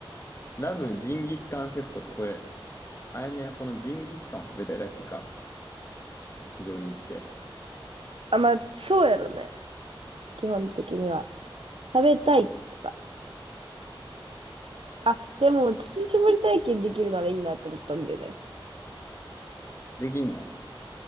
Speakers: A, on the left; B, on the right.
A: ラムジンギスカンセットってこれ、あやめはこのジンギスカンを食べたいだけか。牧場に行って。
B: あ、まあ、そうやろね。基本的には。食べたいって言ってた。あ、でも、乳搾り体験できるならいいなって思ったんだよね。
A: できんの